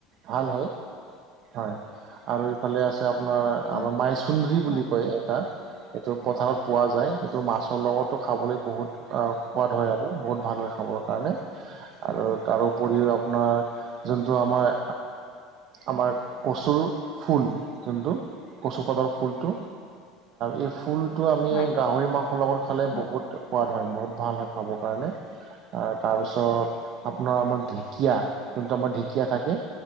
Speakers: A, on the right; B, on the left.
A: ভাল হয়। হয় আৰু এইফালে আছে আপোনাৰ
B: হয়
A: আমাৰ মাইচুন্দ্ৰী
B: হয়
A: বুলি কয় এটা। এইটো বজাৰত পোৱা যায় এইটো মাছৰ লগতো খাবলৈ বহুত সোৱাদ হয় আৰু বহুত ভাল হয় খাবৰ কাৰণে। আৰু তাৰ উপৰিও আপোনাৰ যোনটো আমাৰ আমাৰ কচুৰ ফুল যোনটো কচুপাতৰ ফুলটো। এই ফুলটো আমি
B: হয় হয়
A: গাহৰি মাংসৰ লগত খালে
B: হয় হয় হয়
A: বহুত সোৱাদ হয় বহুত ভাল হয় খাবৰ কাৰণে তাৰপিছত আপোনাৰ আমাৰ ঢেকীয়া, যোনটো আমাৰ ঢেকীয়া থাকে